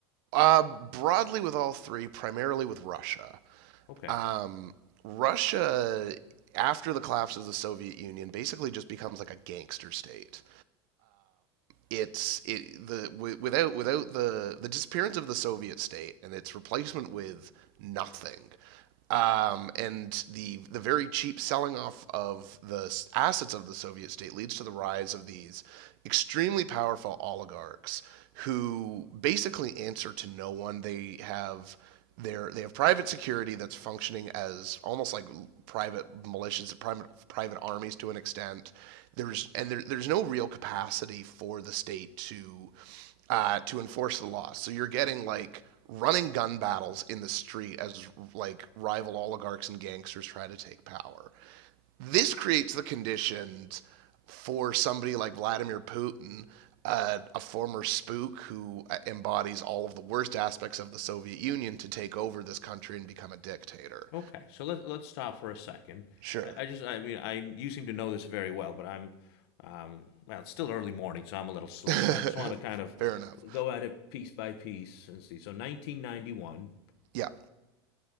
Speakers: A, on the right (about 55°); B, on the left (about 65°).
A: Uh, broadly with all three, primarily with Russia.
B: Okay.
A: Um, Russia, after the collapse of the Soviet Union, basically just becomes like a gangster state it's it the wi- without without the the disappearance of the Soviet state and its replacement with nothing, um, and the the very cheap selling off of the assets of the Soviet state leads to the rise of these extremely powerful oligarchs who basically answer to no one. They have they're, they have private security that's functioning as almost like private militias, private private armies to an extent. There's and there, there's no real capacity for the state to uh, to enforce the law. So you're getting like running gun battles in the street as like rival oligarchs and gangsters try to take power. This creates the conditions for somebody like Vladimir Putin, uh, a former spook who uh, embodies all of the worst aspects of the Soviet Union, to take over this country and become a dictator.
B: Okay. So let let's stop for a second.
A: Sure.
B: I, I just, I mean, I you seem to know this very well, but I'm, um, well, it's still early morning, so I'm a little slow.
A: <laughs>
B: So I just want to kind of
A: Fair enough.
B: go at it piece by piece and see. So 1991,
A: Yeah.